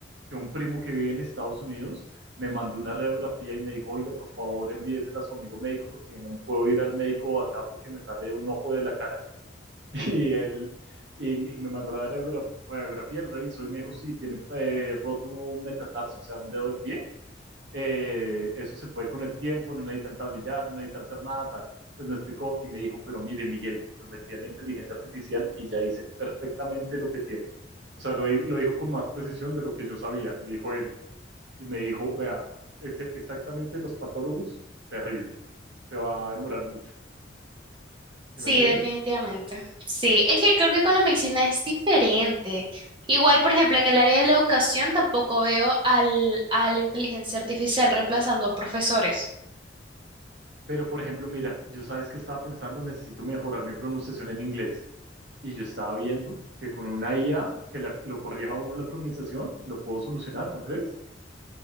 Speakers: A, on the right; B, on the right.
A: que un primo que vive en Estados Unidos me mandó una radiografía y me dijo, oiga, por favor, envíesela a su amigo médico porque no puedo ir al médico acá porque me sale de un ojo de la cara. <laughs> Y él y me y me mandó la radiogra- radiografía, él revisó y me dijo, sí, tiene eh, roto un metatarso, o sea, un dedo del pie. Eh, eso se puede con el tiempo, no necesitan tablillar, no necesitan hacer nada, tal. Pues me explicó y me dijo, pero mire, Miguel, lo metí a la inteligencia artificial y ya dice perfectamente lo que tiene. O sea, lo, di- lo dijo con más precisión de lo que yo sabía, me dijo él. Y me dijo, vea, ese- exactamente los patólogos, terrible. Se va a demorar mucho. ¿Sí
B: Sí,
A: me entiendes?
B: definitivamente. Sí, es que creo que con la medicina es diferente. Igual, por ejemplo, en el área de la educación tampoco veo al, a la inteligencia artificial reemplazando a profesores.
A: Pero, por ejemplo, mira, yo sabes que estaba pensando, necesito mejorar mi pronunciación en inglés. Y yo estaba viendo que con una IA que la- lo corrija a uno la pronunciación, lo puedo solucionar, ¿no crees?